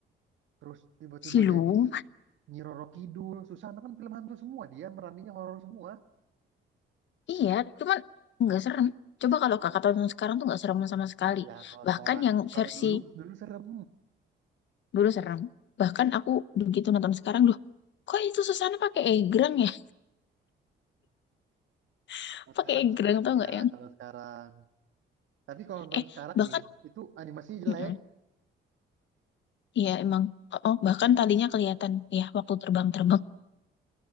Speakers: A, on the right; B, on the left.
A: terus tiba-tiba
B: Silung?
A: jadi Nyi Roro Kidul. Susana kan film hantu semua dia, meraninya horor semua.
B: Iya, cuman nggak serem. Coba kalau Kakak tonton sekarang tuh nggak serem sama sekali.
A: Iya, kalau
B: Bahkan
A: sekarang,
B: yang
A: kalau
B: versi
A: dulu dulu serem.
B: dulu serem. Bahkan aku begitu nonton sekarang, loh, kok itu Susana pakai egrang ya? <laughs>
A: Kalau
B: Pakai
A: sekarang
B: egrang
A: sekarang
B: tau
A: iya
B: nggak yang,
A: kalau sekarang. Tapi kalau nonton
B: eh
A: sekarang
B: bahkan,
A: nih itu animasinya jelek.
B: Mm-mm. Iya emang, oh oh, bahkan talinya kelihatan ya waktu terbang-terbang